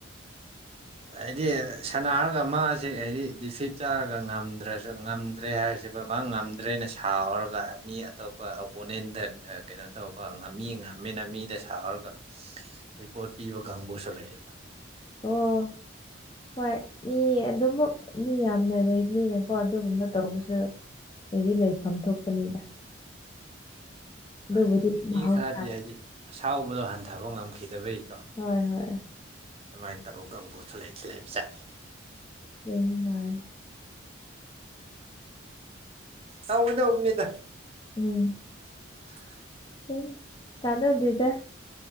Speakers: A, on the left; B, on the right.
A: ꯎ
B: ꯍꯥꯏꯗꯤ ꯁꯅꯔꯒ ꯃꯥꯁꯤꯦ ꯍꯥꯏꯗꯤ ꯗꯤꯐꯤꯠ ꯆꯥꯔꯒ ꯉꯝꯗ꯭ꯔꯁꯨ ꯉꯝꯗ꯭ꯔꯦ ꯍꯥꯏꯁꯤꯕ ꯃꯥ ꯉꯝꯗ꯭ꯔꯦꯅ ꯁꯥꯔꯒ ꯃꯤ ꯑꯇꯣꯞꯄ ꯑꯣꯄꯣꯅꯦꯟꯗ ꯀꯩꯅꯣ ꯇꯧꯕ ꯉꯝꯃꯤ ꯉꯝꯃꯦꯅ ꯃꯤꯗ ꯁꯥꯍꯔꯒ ꯄꯣꯠ ꯄꯤꯕ ꯀꯥꯡꯕꯨꯁꯨ ꯂꯩꯌꯦꯕ
A: ꯑꯣ ꯍꯣꯏ ꯃꯤ ꯑꯗꯨꯃꯛ ꯃꯤ ꯌꯥꯝꯅ ꯂꯩ ꯃꯤꯅꯀꯣ ꯑꯗꯨꯒꯨꯝꯕ ꯇꯧꯔꯒꯁꯨ ꯑꯩꯗꯤ ꯂꯩꯐꯝ ꯊꯣꯛꯄꯅꯤꯗ ꯑꯗꯨꯕꯨꯗꯤ
B: ꯍꯣꯏ ꯃꯤ
A: ꯃꯍꯧꯁꯥꯅꯤ
B: ꯈꯔꯗꯤ ꯍꯥꯏꯗꯤ ꯑꯁꯥꯎꯕꯗꯣ ꯍꯟꯊꯕ ꯉꯝꯈꯤꯗꯕꯩ
A: ꯍꯣꯏ ꯍꯣꯏ
B: ꯑꯗꯨꯃꯥꯏꯅ ꯇꯧꯔꯒꯕꯨꯣꯁꯨꯂ ꯊꯤꯜꯂꯥꯏꯕ ꯆꯠꯅꯤ
A: ꯂꯩꯅ ꯃꯥꯅꯦꯦ
B: ꯇꯥꯎ ꯃꯗ ꯑꯕꯅꯤꯗ
A: ꯎꯝ
B: <inaudible>
A: ꯎ ꯀꯅꯥꯗꯗ